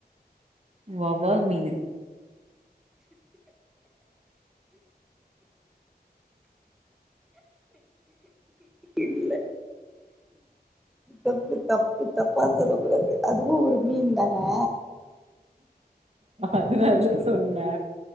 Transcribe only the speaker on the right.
வவ்வால் மீனு
அதுனாலதா சொன்னே